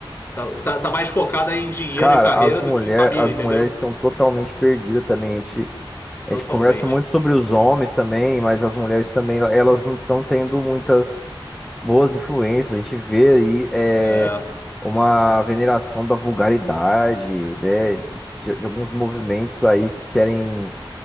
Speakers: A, on the left; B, in the centre.
A: Tá, tá, tá mais focada em dinheiro
B: Cara,
A: e carreira
B: as mulher,
A: do que em família,
B: as
A: entendeu?
B: mulheres estão totalmente perdidas também. A gente, a
A: Totalmente.
B: gente conversa muito sobre os homens também, mas as mulheres também, elas não estão tendo muitas boas influências. A gente vê aí é,
A: É.
B: uma veneração da vulgaridade, né, de, de alguns movimentos aí que querem